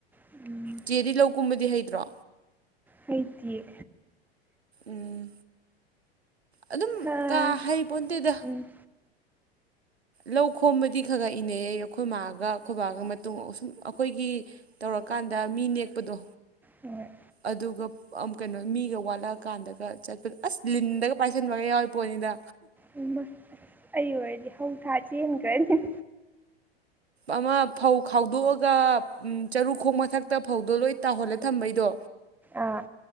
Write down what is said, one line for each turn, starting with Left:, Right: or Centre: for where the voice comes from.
Centre: ꯎꯝ
Right: ꯆꯦꯗꯤ ꯂꯧꯀꯨꯝꯕꯗꯤ ꯍꯩꯇ꯭ꯔꯣ
Centre: ꯍꯩꯇꯤꯌꯦ
Right: ꯎꯝ ꯑꯗꯨꯝ
Centre: ꯍꯥ
Right: ꯀꯥ ꯍꯩꯄꯣꯟꯇꯦꯗ
Centre: ꯎꯝ
Right: ꯂꯧ ꯈꯣꯝꯕꯗꯤ ꯈꯔ ꯈꯔ ꯏꯅꯩ ꯑꯩ ꯑꯩꯈꯣꯏ ꯃꯥꯒ ꯑꯩꯈꯣꯏꯕꯥꯒ ꯃꯇꯨꯡꯁꯨꯝ ꯑꯩꯈꯣꯏꯒꯤ ꯇꯧꯔꯀꯥꯟꯗ ꯃꯤ ꯅꯦꯛꯄꯗꯣ
Centre: ꯍꯣꯏ ꯍꯣꯏ
Right: ꯑꯗꯨꯒ ꯀꯩꯅꯣ ꯃꯤꯒ ꯋꯥꯠꯂꯛꯑꯀꯥꯟꯗꯒ ꯆꯠꯄꯗ ꯑꯁ ꯂꯤꯟꯗꯒ ꯄꯥꯏꯁꯟꯕꯒ ꯌꯥꯎꯔꯤ ꯄꯣꯠꯅꯤꯗ
Centre: ꯏꯝꯃꯥꯏ ꯑꯩ ꯑꯣꯏꯔꯗꯤ ꯍꯧ ꯊꯥ ꯆꯦꯟꯒ꯭ꯔꯥꯅꯤ
Right: ꯑꯃ ꯐꯧ ꯈꯥꯎꯗꯣꯛꯑꯒ ꯎꯝ ꯆꯔꯨꯈꯣꯡ ꯃꯊꯛꯇ ꯐꯧꯗꯣ ꯂꯣꯏ ꯇꯥꯎꯍꯜꯂꯥ ꯊꯝꯕꯩꯗꯣ
Centre: ꯑꯥ